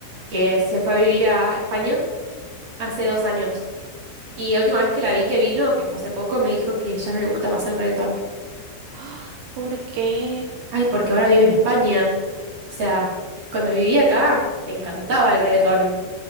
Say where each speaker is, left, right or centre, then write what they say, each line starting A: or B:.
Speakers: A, on the right; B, on the right.
A: que se fue a vivir a España hace dos años. Y la última vez que la vi que vino, que fue hace poco, me dijo que ya no le gusta más el reggaetón.
B: ¡Ah! ¿Por qué?
A: Ay, porque ahora vive en España. O sea, cuando vivía acá, le encantaba el reggaetón.